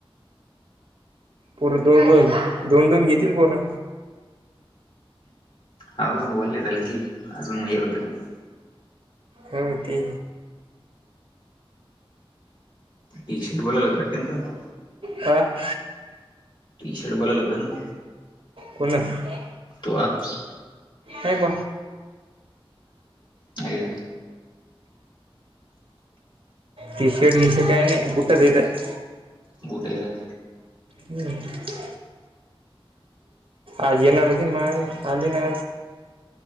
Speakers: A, on the right; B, on the left.
A: पोरं दोन दोन दोन दोन घेतील पोर
B: हाओ ओल्ले झालं की अजून हे होते मंग
A: हं ती
B: टी शर्ट बोलवला पट्टयाचा
A: आ
B: टी शर्ट बोलवला होता न
A: कोणं नाय
B: तो आप्स
A: हँग
B: हाय का
A: टी शर्ट बीशर्ट काय नाय बूटचं हायत.
B: बूटे घ्या
A: ह् आज येणार रती म आणली ना